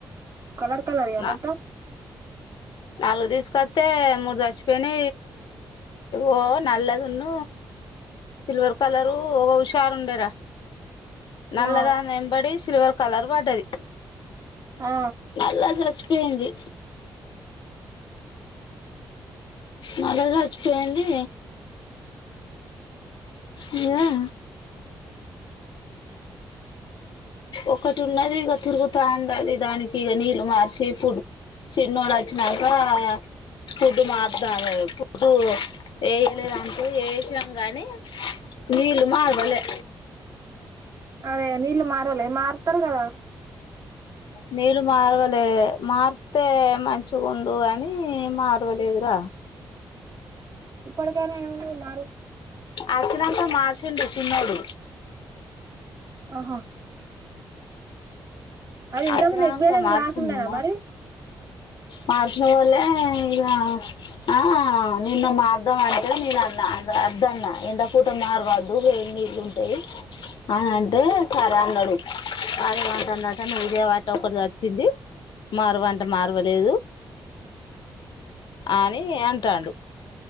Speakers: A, on the right; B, on the left.
A: కలర్ కలర్ ఆ
B: నా
A: మొత్తం
B: నాలుగు తీసుకొస్తే మూడు చచ్చిపోయినా ఓ నల్లదున్న సిల్వర్ కలరు ఒక హుషారు ఉండేరా నల్ల
A: ఆ
B: దాని ఎంబడి సిల్వర్ కలర్ పడ్డది
A: ఆ
B: మలాజచ్చ ఏంది మళ్ళా జచ్చిపోయింది ఇయా ఒకటి ఉన్నది ఇక తిరుగుతాంది అది దానికి ఇక నీళ్లు మార్చి ఫుడ్ చిన్నోడు వచ్చినాక ఫుడ్డు మారుత ఫుడ్డు వేయలేదంటే వసాం గానీ నీళ్ళు మగలే
A: అరే నీళ్ళు మారవాల మారుతారు కదా
B: నీళ్ళు మారవలే మార్తే మంచిగుండు కాని మారవలేదురా
A: ఇప్పటికేనా న
B: ఆచ్చినంత మార్సిండు సున్నాోడు
A: ఆహా అది ఇంతమంది
B: అచ్చినంక
A: ఎకువేడానికి
B: మార్చిండు
A: క్లాస్ ఉండేదా
B: మా
A: మరి
B: మార్చిన వాళ్ళే ఇగ ఆ నిన్ను మార్దాం అంటే నేనున్నా అద్దన్న ఎంత పూట మారవద్దు ఏ నీళ్లు ఉంటాయి అని అంటే సరే అన్నాడు అదేమంట అన్నట నువ్వుదే వాట్ట ఒకటి వచ్చింది మార్వంట అ మార్వలేదు అని అంటాండు